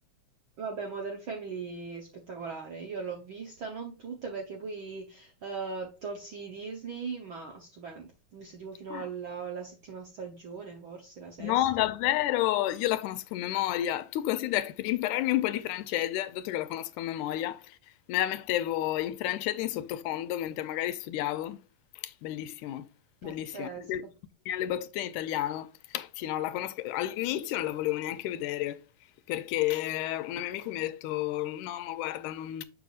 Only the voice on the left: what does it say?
<laughs>
No, davvero, io la conosco a memoria. Tu considera che per impararmi un po' di francese, dato che la conosco a memoria, Me la mettevo in francese in sottofondo mentre magari studiavo. Bellissimo, bellissimo.
Perché le battute in italiano. Sì, no, la conosco. All'inizio non la volevo neanche vedere. Perché un mio amico mi ha detto: No, ma guarda, non,